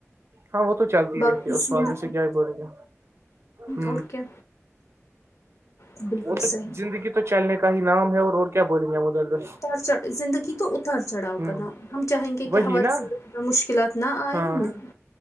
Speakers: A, on the right; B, on the left.
A: ہاں وہ تو چلتی
B: بیندی
A: رہتی ہے اس معاملے سے کیا ہی بولیں گے ہ
B: اور کیا بالکل
A: وہ تو
B: صحیح
A: زندگی تو چلنے کا ہی نام ہے اور اور کیا بولیں گے ہم ادھر ادھر
B: اتار چ زندگی تو اتار چڑھا
A: ہ
B: کر ہم چاہیں گے
A: وہی
B: کہ ہمار
A: نا
B: انا مشکلات نہ آئے
A: ہاں
B: نہیں